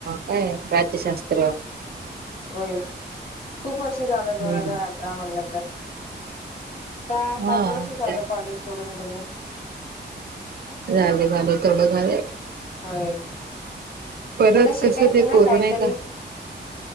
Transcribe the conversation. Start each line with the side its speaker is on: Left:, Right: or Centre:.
Right: काय हे राज्यशास्त्र
Left: होय खूप वर्ष झालं दोन
Right: हम्म
Left: हजार अठरा म्हटलं तर सहा सात
Right: हा
Left: वर्ष
Right: झाले
Left: झालं कॉलेज सोडून तुम्ही
Right: झालं, झालं. तेवढं झालंय.
Left: होय,
Right: परत
Left: पुढं शिकायचं
Right: कसं ते
Left: ना
Right: कोरोना
Left: काहीतरी
Right: आहे का